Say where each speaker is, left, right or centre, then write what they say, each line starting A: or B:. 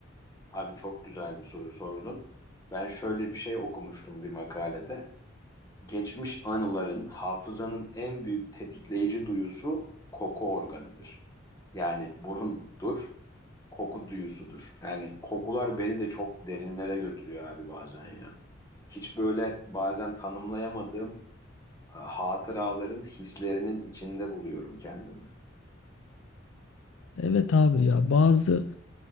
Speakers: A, on the left; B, on the left.
A: Abi çok güzel bir soru sordun. Ben şöyle bir şey okumuştum bir makalede. Geçmiş anıların, hafızanın en büyük tetikleyici duyusu koku organıdır. Yani burundur, koku duyusudur. Yani kokular beni de çok derinlere götürüyor abi bazen ya. Hiç böyle bazen tanımlayamadığım e, hatıraların, hislerinin içinde buluyorum kendimi.
B: Evet abi ya bazı